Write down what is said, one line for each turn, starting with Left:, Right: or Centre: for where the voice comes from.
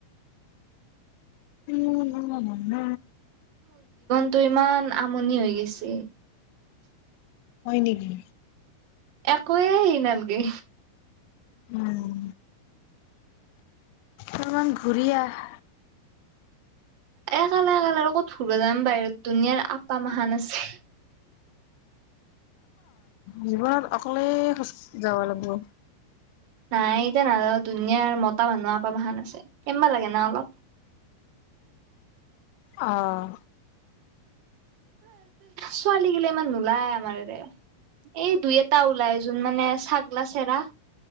Left: উম উম উম।
Right: তটো ইমান আমনি লাগিছে।
Left: হয় নেকি
Right: একোৱে হেৰি নালাগে
Left: উম অণমান ঘূৰি আহ
Right: একালে একালে আৰু ক'ত পূগদাম বাহিৰত দুনিয়াৰ আপা মহাহান আছে
Left: জীৱনত অকলে খোজ যাব লাগিব
Right: নাই এতিয়া নাযাও ধুনীয়াৰ মতা মানুহ আক মহান আছে কেনবা লাগে না অলপ
Left: আহঁ
Right: ছোৱালী গিলা ইমান নোলায় আমাৰৰে এই দুই এটা ওলাই যোন মানে ছাগলা চেৰা